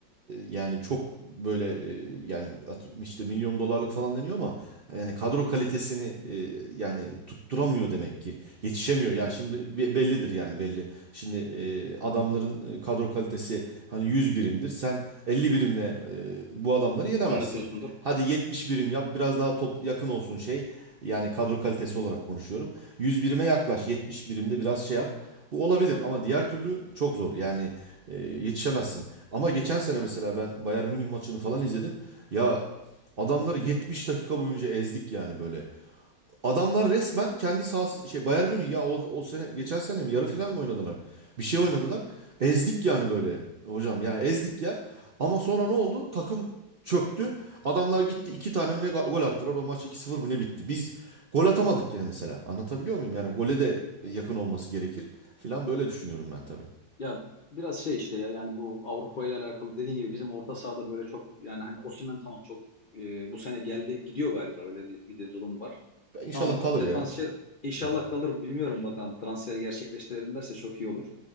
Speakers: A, on the right; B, on the left.
A: yani çok böyle e, yani at- işte milyon dolarlık falan deniyor ama yani kadro kalitesini e, yani tutturamıyor demek ki. Yetişemiyor. Yani şimdi be- bellidir yani belli. Şimdi e, adamların e, kadro kalitesi hani 100 birimdir. Sen elli birimle e, bu adamları yenemezsin.
B: Oynatıyorsundur.
A: Hadi 70 birim yap biraz daha top yakın olsun şey. Yani kadro kalitesi olarak konuşuyorum. 100 birime yaklaş 70 birimde biraz şey yap. Bu olabilir ama diğer türlü çok zor. Yani e, yetişemezsin. Ama geçen sene mesela ben Bayern Münih maçını falan izledim. Ya adamları 70 dakika boyunca ezdik yani böyle. Adamlar resmen kendi sahası şey Bayern Münih ya o, o sene geçen sene mi yarı final mi oynadılar? Bir şey oynadılar. Ezdik yani böyle hocam ya ezdik ya. Ama sonra ne oldu? Takım çöktü. Adamlar gitti iki tane mi ne gal- gol attılar. O maç iki sıfır mı ne bitti. Biz gol atamadık yine mesela. Anlatabiliyor muyum? Yani gole de yakın olması gerekir filan böyle düşünüyorum ben tabii.
B: Ya biraz şey işte ya yani bu Avrupa ile alakalı dediğin gibi bizim orta sahada böyle çok yani hani Osimhen tamam çok e, bu sene geldi gidiyor galiba öyle bir, bir de durum var.
A: Ben İnşallah
B: Tamam
A: kalır
B: o defans
A: ya.
B: şey inşallah
A: Hı hı.
B: kalır bilmiyorum bakalım transferi gerçekleştirebilirlerse çok iyi olur.